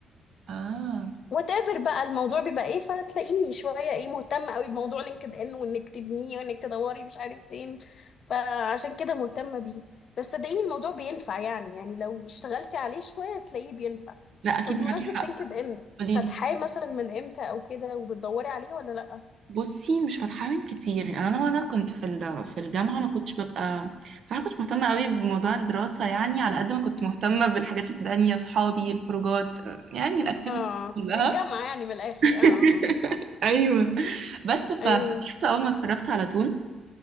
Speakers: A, on the right; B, on the left.
A: اه
B: وات ايفر بقى الموضوع بيبقى ايه فتلاقيني شويه ايه مهتمه قوي بموضوع لينكد ان وانك تبنيه وانك تدوري مش عارف فين فعشان كده مهتمه بيه بس صدقيني الموضوع بينفع يعني يعني لو اشتغلتي عليه شويه تلاقيه بينفع
A: لا اكيد
B: طب بمناسبه
A: معاكي حق
B: لينكد ان
A: قوليلي
B: فاتحاه مثلا من امتى او كده وبتدوري عليه ولا لا
A: بصي مش فاتحة كتير يعني انا وانا كنت في ال- في الجامعه ما كنتش ببقى صراحه كنت مهتمه قوي بموضوع الدراسه يعني على قد ما كنت مهتمه بالحاجات التانية صحابي الخروجات يعني الاكتيفيتي
B: اه
A: كلها
B: الجامعه يعني من الاخر
A: <laughs>
B: اه اه
A: ايوه بس ففتحته
B: ايوه
A: اول ما اتخرجت على طول